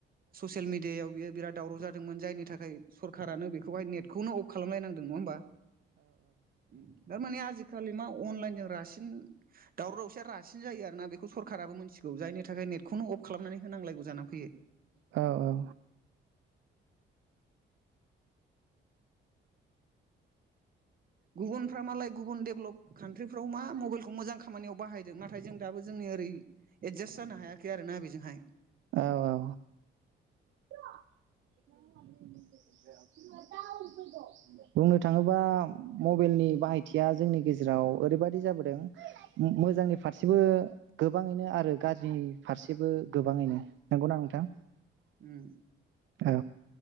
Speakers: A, on the right; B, on the right.
A: ससियेल मिडियायाव बियो बिराद दावराव जादोंमोन जायनि थाखाय सरखारानो बेखौहाय नेथखौनो अफ खालामलाय नांदों नङा होमबा? उम दा माने आज आजिखालि मा अनलाइनजों रासिन दावरावसिया रासिन जायो आरो ना बेखौ सरखाराबो मिथिगौ जायनि थाखाय नेटखौनो अफ खालामनानै होनांलायगौ जानानै फैयो।
B: औ औ।
A: गुबुनफ्रा मालाय गुबुन डेभलप कान्ट्रिफ्राव मा मबाइलखौ मोजां खामानियाव बाहायदों नाथाय जों दाबो जोंनि ओरै एडजास्ट जानो हायाखै आरोना बेजोंहाय।
B: औ औ <inaudible> बुंनो थाङोबा मबेलनि बाहायथिया जोंनि गेजेराव ओरैबादि जाबोदों मोजांनि फारसेबो गोबाङैनो आरो गाज्रि फारसेबो गोबाङैनो। नंगौना नोंथां?
A: उम
B: औ।